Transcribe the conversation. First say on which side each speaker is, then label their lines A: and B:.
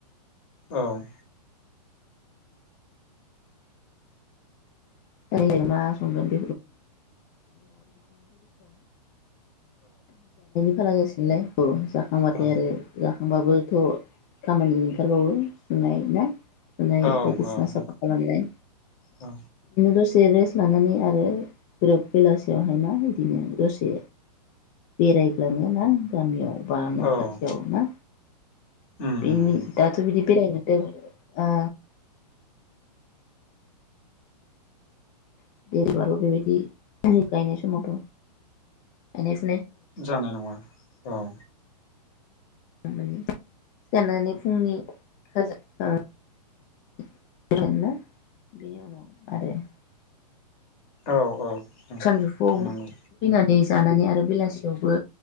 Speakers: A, on the left; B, on the left.
A: औ।
B: <unintelligible> जानायनि फारागा ए <inaudible> जाखांबाथाय
A: औ
B: आरो जा होमबा बोथ खामानि ओंखारबावो सुनाय ना। सुनाय
A: औ
B: बायदिसिना साफा खालामनाय।
A: औ
B: दसे रेस्ट लानानै आरो ग्रोब बेलासियावहाय ना बिदिनो दसे बेरायग्लाङो ना गामियाव। बा न
A: औ
B: खाथियाव ना
A: उम
B: बिनि
A: उम
B: दाथ बिदि बेरायनो दों ओ <unintelligible>
A: जानाय नङा। औ।
B: <unintelligible> सिखारनानै फुंनि खाजा <unintelligible> <unintelligible>
A: औ औ।
B: सानजौफुआव
A: थांनांगौ
B: फैनानै जानानै आरो बेलासियावबो